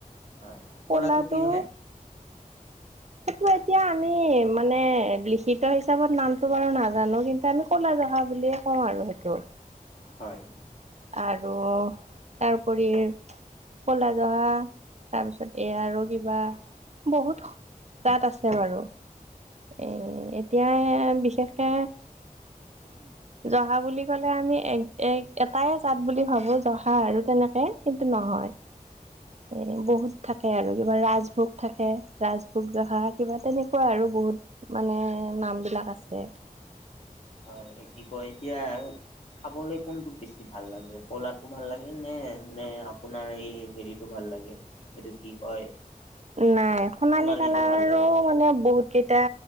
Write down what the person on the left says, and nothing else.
হয়।
কি হয়
হয়।
<inaudible>
<inaudible>
হয়, কি কয় এতিয়া খাবলে কোনটো বেছি ভাল লাগে, ক'লাতো ভাল লাগে নে, নে আপোনাৰ এই হেৰিটো ভাল লাগে এইটো কি কয়
সোণালীটো
ভাল লাগে